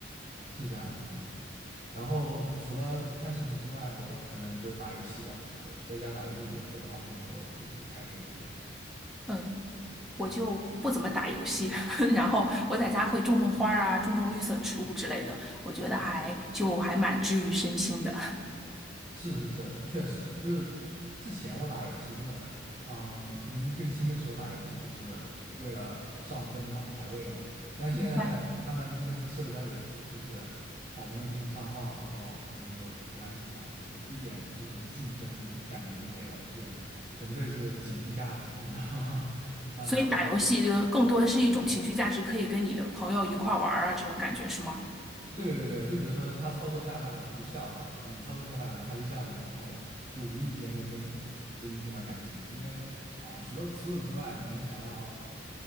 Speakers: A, on the right (about 40°); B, in the centre.
A: 是这样的。然后除了看视频之外，我呃可能就打游戏吧，对，在家打游戏比较多，然后跟朋友一起开黑之类的。
B: 嗯。我就不怎么打游戏，<laughs> 然后我在家会种种花儿啊，种种绿色植物之类的，我觉得还就还蛮治愈身心的。
A: 是是是，确实就是之前我打游戏就是，嗯，年纪更轻的时候打游戏就是为了上分嘛，排位嘛。但现在慢慢的就变成社交游戏了，
B: 明白。
A: 就是好朋友给你上号，然后你就陪他一起玩儿就是一点那种竞争的感觉都没有了，就纯粹是情绪价值，你知道吗？<laughs>
B: 所以打游戏就更多的是一种情绪价值，
A: 啊，
B: 可以跟你的朋友一块儿玩儿啊，这种感觉是吗？
A: 对对对，就比如说他操作下饭了，你就笑他；你操作下饭了，他就笑你，然后就无意间就增增进了感情嘛。因为啊，除了除此之外，你们想要